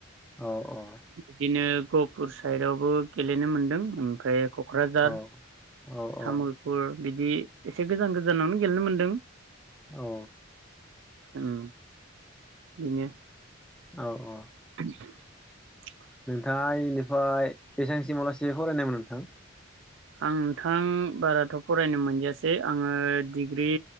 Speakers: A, in the centre; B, on the right.
A: औ औ
B: बिदिनो गपुर साइडआवबो गेलेनो मोन्दों ओमफाय क'क्राझार
A: औ औ औ
B: तामुलपुर बिदि एसे गोजान गोजानावनो गेलेनो मोनदों
A: औ
B: उम बिनो
A: औ औ
B: <inaudible>
A: नोंथाङा एनिफ्राय बेसांसिमावलासे फरायनायमोन नोंथां?
B: आं नोंथां बाराथ' फरायनो मोनदियासै आङो डिग्रि